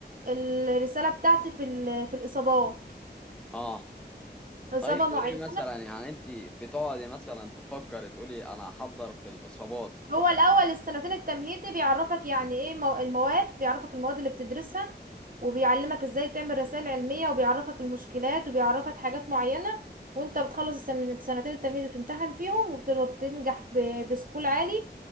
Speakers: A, on the right; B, in the centre.
A: الرساله بتاعتي في ال- في الاصابات
B: اه
A: اصابه
B: طيب
A: معينه
B: وليه مثلا يعني انت بتقعدي مثلا تفكر تقولي انا هحضر في الاصابات
A: هو الاول السنتين التمهيدي بيعرفك يعني ايه مو- المواد بيعرفك المواد اللي بتدرسها وبيعلمك ازاي تعمل رسائل علميه وبيعرفك المشكلات وبيعرفك حاجات معينه وانت بتخلص السن- من السنتين التمهيدي بتمتحن فيهم وبت- وبتنجح ب- بسكول عالي